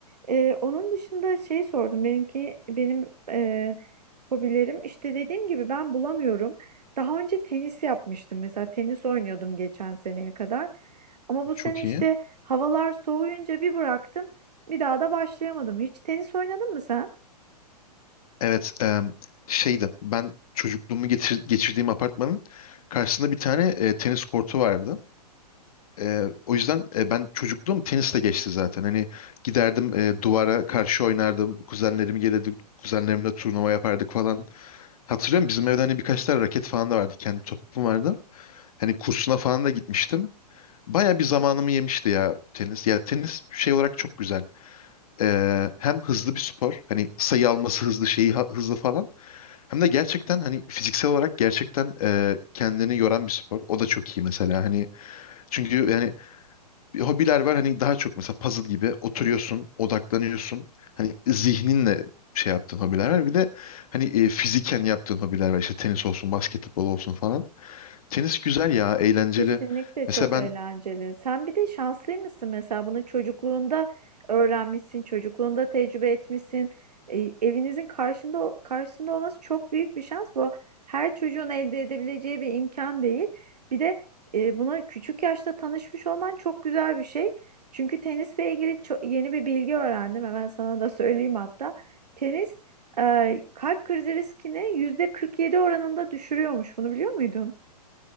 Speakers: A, on the right (about 75°); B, on the left (about 60°).
A: Ee, onun dışında şey sordum. Benimki benim e, hobilerim işte dediğim gibi ben bulamıyorum. Daha önce tenis yapmıştım mesela tenis oynuyordum geçen seneye kadar. Ama bu
B: Çok
A: sene işte
B: iyi.
A: havalar soğuyunca bir bıraktım. Bir daha da başlayamadım. Hiç tenis oynadın mı sen?
B: Evet, em, şeydi. Ben çocukluğumu geçir- geçirdiğim apartmanın karşısında bir tane e, tenis kortu vardı. Ee, o yüzden e, ben çocukluğum tenisle geçti zaten. Hani giderdim e, duvara karşı oynardım. Kuzenlerim gelirdi. Kuzenlerimle turnuva yapardık falan. Hatırlıyorum bizim evde hani birkaç tane raket falan da vardı. Kendi topum vardı. Hani kursuna falan da gitmiştim. Baya bir zamanımı yemişti ya tenis. Ya tenis şey olarak çok güzel. Ee, hem hızlı bir spor. Hani sayı alması hızlı şeyi ha- hızlı falan. Hem de gerçekten hani fiziksel olarak gerçekten e, kendini yoran bir spor. O da çok iyi mesela. Hani çünkü yani bir hobiler var hani daha çok mesela puzzle gibi oturuyorsun, odaklanıyorsun. Hani zihninle şey yaptığın hobiler var. Bir de hani e, fiziken yaptığın hobiler var. İşte tenis olsun, basketbol olsun falan. Tenis güzel ya, eğlenceli.
A: Kesinlikle
B: Mesela
A: çok
B: ben
A: eğlenceli. Sen bir de şanslı mısın mesela bunu çocukluğunda öğrenmişsin, çocukluğunda tecrübe etmişsin. E, evinizin karşında karşısında olması çok büyük bir şans. Bu her çocuğun elde edebileceği bir imkan değil. Bir de e, buna küçük yaşta tanışmış olman çok güzel bir şey. Çünkü tenisle ilgili ço- yeni bir bilgi öğrendim. Hemen sana da söyleyeyim hatta. Tenis e, kalp krizi riskini yüzde %47 oranında düşürüyormuş. Bunu biliyor muydun?